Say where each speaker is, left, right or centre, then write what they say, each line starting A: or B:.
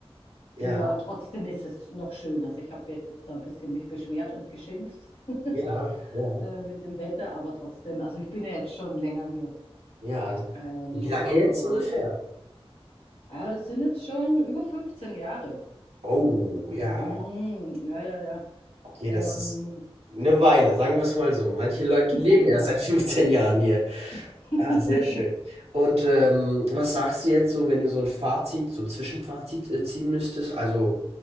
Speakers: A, on the right; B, on the left.
A: Ja,
B: ja, trotzdem ist es noch schön. Also ich habe jetzt da ein bisschen mich beschwert und geschimpft <laughs>
A: ja, ja,
B: äh, mit dem Wetter, aber trotzdem, also ich bin ja jetzt schon länger hier,
A: ja.
B: äh, lebe
A: Wie lange
B: schon
A: jetzt
B: hier und
A: ungefähr?
B: ah, das sind jetzt schon über 15 Jahre.
A: Oh, ja.
B: Mm, ja, ja, ja.
A: Okay,
B: Ähm,
A: das ist eine Weile, sagen wir's mal so. Manche Leute leben
B: Genau.
A: erst seit 15 Jahren hier.
B: <laughs>
A: Ah, sehr schön. Und, ähm, was sagst du jetzt so, wenn du so ein Fazit so ein Zwischenfazit, äh, ziehen müsstest? Also,